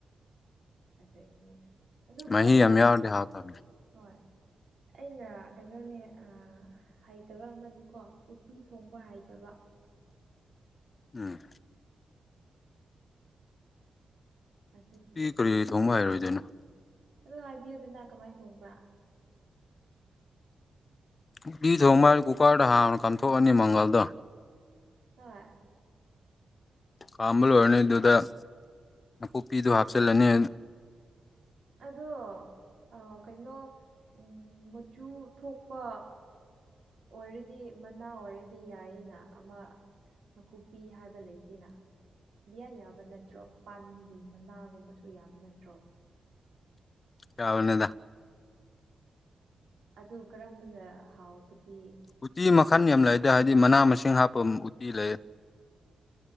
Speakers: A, on the right; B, on the left.
A: ꯑꯗꯨꯏꯅꯤꯗ ꯑꯗꯨꯕꯨ
B: ꯃꯍꯤ
A: ꯑꯩꯅ
B: ꯌꯥꯝ ꯌꯥꯎꯔꯗꯤ ꯍꯥꯎꯇꯕꯅꯦ
A: ꯍꯣꯏ ꯑꯩꯅ ꯀꯩꯅꯣꯅꯦ ꯍꯩꯇꯕ ꯑꯃꯗꯤꯀꯣ ꯎꯠꯇꯤ ꯊꯣꯡꯕ ꯍꯩꯇꯕ <inaudible>
B: ꯎꯝ
A: ꯑꯗꯨꯒꯤ
B: ꯎꯇꯤ ꯀꯔꯤꯒꯤ ꯊꯣꯡꯕ ꯍꯩꯔꯣꯏꯗꫭꯏꯅꯣ
A: ꯑꯗꫭ ꯍꯥꯏꯕꯤꯌꯨꯗꯅ ꯀꯝꯃꯥꯏ ꯊꯣꯡꯕ꯭ꯔ
B: ꯎꯇꯤ ꯊꯣꯡꯕ ꯍꯥꯏꯕꯨ ꯀꯨꯀꯔꯗ ꯍꯥꯟꯅ ꯀꯥꯝꯊꯣꯛꯑꯅꯤ ꯃꯪꯒꯜꯗꫭ
A: ꯍꯣꯏ
B: ꯀꯥꯝꯕ ꯂꯣꯏꯔꯅꯤ ꯑꯗꯨꯗ ꯅꯥꯀꯨꯞꯄꯤꯗꫭ ꯍꯥꯞꯆꯜꯂꯅꯤ
A: ꯑꯗꯣ ꯑ ꯀꯩꯅꯣ ꯎꯝ ꯃꯆꯨ ꯊꯣꯛꯄ ꯑꯣꯏꯔꯗꯤ ꯃꯅꯥ ꯑꯣꯏꯔꯗꯤ ꯌꯥꯏꯌꯦꯅ ꯑꯃ ꯅꯥꯀꯨꯞꯄꯤ ꯍꯥꯏꯕ ꯂꯩꯇꯦꯅ ꯏꯌꯥ ꯌꯥꯕ ꯅꯠꯇ꯭ꯔꯣ ꯄꯥꯟꯒꯤ ꯃꯅꯥꯒꯨꯝꯕꯁꯨ ꯌꯥꯕ ꯅꯠꯇ꯭ꯔꯣ
B: ꯌꯥꯥꯕꯅꯦꯗ
A: ꯑꯗꯨ ꯀꯔꯝꯕꯅ ꯍꯥꯎꯕꯗꯤ
B: ꯎꯠꯇꯤ ꯃꯈꯜ ꯌꯥꯝ ꯂꯩꯗꯦ ꯍꯥꯏꯗꯤ ꯃꯅꯥ ꯃꯁꯤꯡ ꯍꯥꯞꯄꯝ ꯎꯠꯇꯤ ꯂꯩꯌꯦ